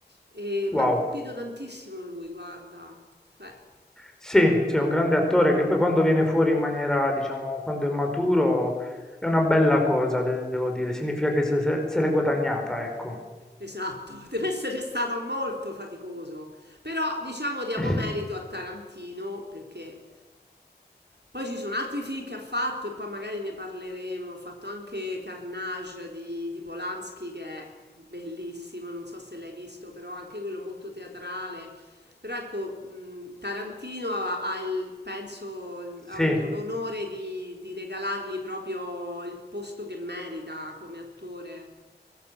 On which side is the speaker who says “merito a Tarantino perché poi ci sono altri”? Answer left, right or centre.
Right